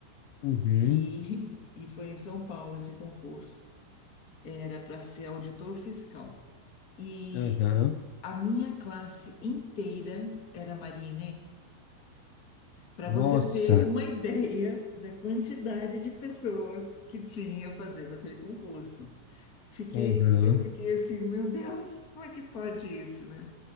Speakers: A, on the left; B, on the left.
A: uhum,
B: e, <laughs> e foi em São Paulo esse concurso. Era para ser auditor fiscal. E
A: aham.
B: a minha classe inteira era Maria Para
A: Nossa.
B: você ter uma ideia da quantidade de pessoas que tinha fazendo aquele concurso. Fiquei,
A: Uhum.
B: eu fiquei assim, meu Deus, como é que pode isso, né?